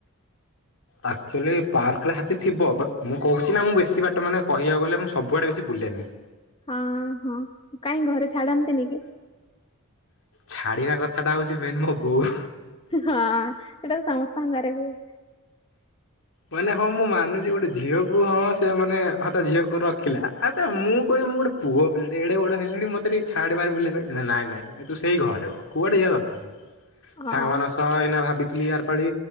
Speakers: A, on the left; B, on the left.
A: ଅକ୍ଚୋଲି ପାର୍କରେ ହାତୀ ଥିବ ବଟ୍ ମୁଁ କହୁଛି ନା ମୁଁ ବେଶୀ ବାଟ ମାନେ କହିବାକୁ ଗଲେ ସବୁଆଡ଼େ ବେଶି ବୁଲେନି।
B: ହଁ ହଁ କାଇଁ ଘରେ ଛାଡନ୍ତିନି କି?
A: ଛାଡିବା କଥାଟା ହଉଛି ମେନ୍ ମୋ ବୋଉ
B: ହଁ ସେଇଟା ତ ସମସ୍ତଙ୍କ ଘରେ ହୁଏ।
A: ମାନେ ହଁ ମୁଁ ମାନୁଛି ଗୋଟେ ଝିଅକୁ ହଁ ସେ ମାନେ ହଁ ତା ଝିଅକୁ ରଖିଲା ଆ ମୁଁ ତା କହିବ ମୁଁ ଗୋଟେ ପୁଅ ପିଲାଟେ ଏଡ଼ ବଡ଼ ହେଲିଣି ମୋତେ ଟିକେ ଛାଡ଼େ ଭାଇ ବୁଲିବା ପାଇଁ ନା ନାଇଁ ନାଇଁ ତୁ ସେଇ ଘରେ ବ କୁଆଡେ ଯିବା ଦରକା
B: ହଁ
A: ସାଙ୍ଗମାନଙ୍କ ସହ ଏଇନା ଭାବିଥିଲି ଆର ପାଳି